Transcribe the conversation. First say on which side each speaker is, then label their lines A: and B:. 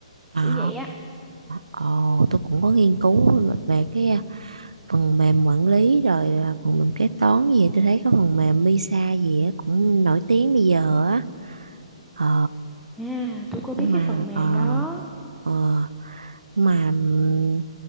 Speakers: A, on the right; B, in the centre.
A: À,
B: kiểu vậy á
A: ồ, tôi cũng có nghiên cứu về cái à, phần mềm quản lý rồi à, phần mềm kế toán gì á. tôi thấy có phần mềm Misa gì á cũng nổi tiếng bây giờ á ờ
B: à tôi có biết
A: nhưng Ừ.
B: cái
A: mà
B: phần mềm
A: ờ
B: đó
A: ờ, nhưng mà ừm,